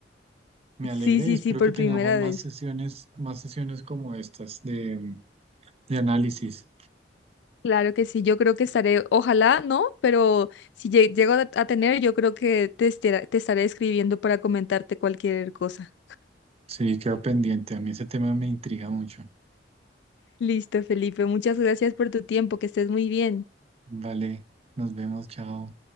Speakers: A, on the right (about 35°); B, on the left (about 70°).
A: Me alegra
B: Sí, sí,
A: y espero
B: sí, por
A: que tengamos
B: primera
A: más
B: vez.
A: sesiones, más sesiones como estas de, de análisis.
B: Claro que sí, yo creo que estaré, ojalá no, pero si lle- llego a, a tener, yo creo que te, estera- te estaré escribiendo para comentarte cualquier cosa.
A: Sí, quedo pendiente. A mí ese tema me intriga mucho.
B: Listo, Felipe, muchas gracias por tu tiempo, que estés muy bien.
A: Vale, nos vemos, chao.